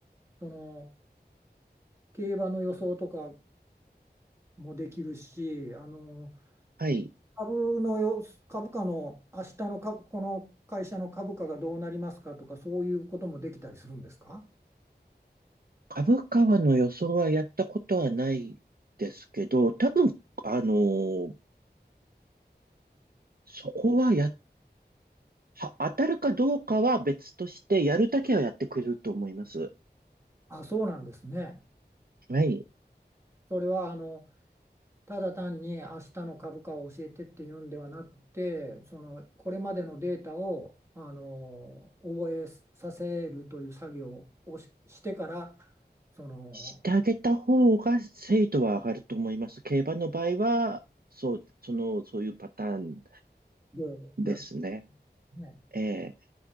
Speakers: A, on the right (about 15°); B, on the right (about 60°).
A: その競馬の予想とかもできるし、あの
B: はい。
A: 株のよ、株価の明日の株、この会社の株価がどうなりますかとか、そういうこともできたりするんですか
B: 株価はの予想はやったことはないですけど、多分、あの、そこはや、は当たるかどうかは別として、やるだけはやってくれると思います。
A: あ、そうなんですね。
B: はい。
A: それはあのただ単に明日の株価を教えてっていうんではなくて、そのこれまでのデータをあの覚えさせるという作業をし、してから、その、
B: してあげた方が精度は上がると思います。競馬の場合は、そう、その、そういうパターン
A: で、
B: ですね。
A: やるね。
B: ええ